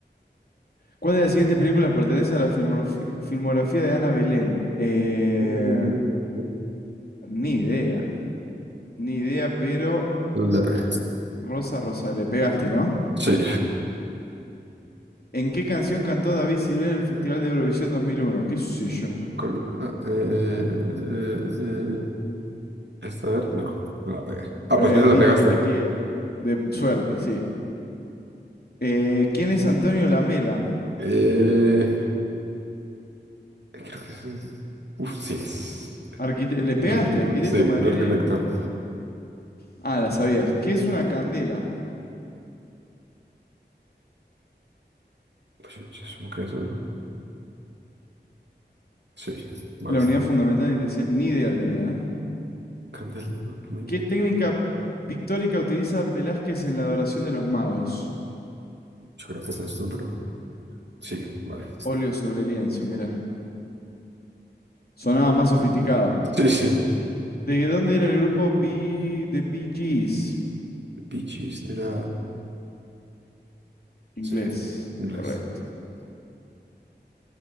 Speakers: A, on the left; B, on the right.
A: ¿Cuál de las siguientes películas pertenece a la filmografi- filmografía de Ana Belén? Eh,
B: <laughs>
A: ni idea. Ni idea, pero
B: Eh, La pegué.
A: Rosa Rosa, le pegaste, ¿no?
B: Sí.
A: ¿En qué canción cantó David Silvera en el Festival de Eurovisión 2001? ¿Qué sé yo?
B: Col- ah, eh, eh, eh, esta, a ver, no, no la pegué. Ah,
A: Eh,
B: pues mira, la
A: dile
B: pegaste.
A: que la quiera. De suerte, sí. Eh, ¿quién es Antonio Lamela?
B: Eh, creo que sí. Uf, sí, es
A: Arquite- ¿Le pegaste,
B: un arquitecto.
A: arquitecto
B: Sí, un
A: madrileño?
B: arquitecto.
A: Ah, la sabías. ¿Qué es una candela?
B: Pues yo, yo supongo que eso, ¿no? Sí, vale.
A: La unidad fundamental de intensidad. Ni idea tenía, ¿eh?
B: Candel, Dormi.
A: ¿Qué técnica pictórica utiliza Velázquez en la adoración de los magos?
B: yo creo que este es tú, pero sí, vale.
A: Óleo sobre lienzo, mira. Sonaba más sofisticado.
B: Sí, sí.
A: ¿De dónde era el grupo B de Bee Gees?
B: Bee Gees era,
A: Inglés,
B: sí, inglés.
A: correcto.